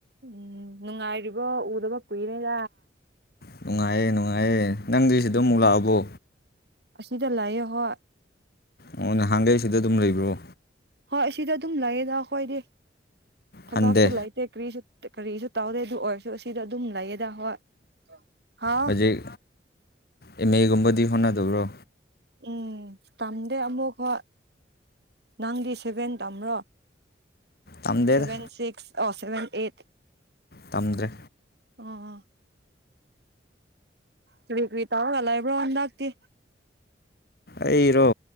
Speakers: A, on the right (about 60°); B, on the left (about 55°).
A: ꯎꯝ ꯅꯨꯡꯉꯥꯏꯔꯤꯕ ꯎꯗꯕ ꯀꯨꯏꯔꯦꯗ
B: ꯅꯨꯡꯉꯥꯏꯌꯦ ꯅꯨꯡꯉꯥꯏꯌꯦ ꯅꯪꯗꯤ ꯁꯤꯗ ꯑꯃꯨꯛ ꯂꯥꯛꯑꯕꯣ
A: ꯑꯁꯅꯤꯗ ꯂꯑꯌꯦ ꯍꯣ
B: ꯑꯣ ꯅꯍꯥꯟꯒꯩ ꯁꯤꯗ ꯑꯗꯨꯝ ꯂꯩꯕ꯭ꯔꯣ
A: ꯍꯣꯏ ꯁꯤꯗ ꯑꯗꯨꯝ ꯂꯩꯌꯦꯅ ꯑꯩꯈꯣꯏꯗꯤ ꯊꯕꯥꯛꯁꯨ
B: ꯍꯟꯗꯦ
A: ꯂꯩꯇꯦ ꯀꯔꯤꯁꯨ ꯀꯔꯤꯁꯨ ꯇꯧꯗꯦ ꯑꯗꯨ ꯑꯣꯏꯔꯁꯨ ꯁꯤꯗ ꯑꯗꯨꯝ ꯂꯩꯌꯦꯗ ꯍꯣꯏ ꯍꯥꯎ
B: ꯍꯧꯖꯤꯛ ꯑꯦꯝ ꯑꯦꯒꯨꯝꯕꯗꯤ ꯍꯣꯠꯅꯗꯕ꯭ꯔꯣ
A: ꯎꯝ ꯇꯝꯗꯦ ꯑꯃꯨꯛ ꯍ ꯅꯪꯗꯤ ꯁꯦꯚꯦꯟ ꯇꯝ꯭ꯔꯣ
B: ꯇꯝꯗꯦꯗ
A: ꯁꯚꯦꯟ ꯁꯤꯁ ꯑꯣ ꯁꯚꯦꯟ ꯑꯦꯠ
B: ꯇꯝꯗ꯭ꯔꯦ
A: ꯑ ꯀꯔꯤ ꯀꯔꯤ ꯇꯧꯔꯒ ꯂꯩꯕ꯭ꯔꯣ ꯍꯟꯗꯛꯇꯤ
B: ꯇꯔꯣ